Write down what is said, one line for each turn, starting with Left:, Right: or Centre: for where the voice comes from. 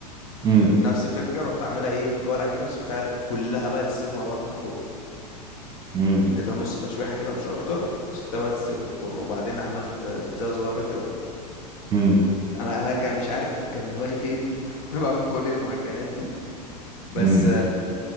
Right: امم
Left: نفس الفكره كده رحت عاملها ايه جوه العجينه وسبتها كلها بقى تستوي مع بعض في الفرن
Right: امم
Left: اديتها نص تشويحه كده مش اكتر وسبتها بقى تستوي في الفرن وبعدين عملت بيتزا صغيره كده
Right: امم
Left: انا انا كان مش عارف كان دماغي فين <laughs> وانا بعمل كل المعجنات دي بس
Right: امم